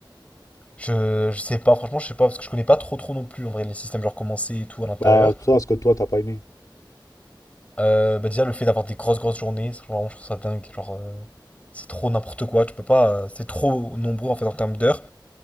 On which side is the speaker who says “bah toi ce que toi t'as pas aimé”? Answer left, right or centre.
Left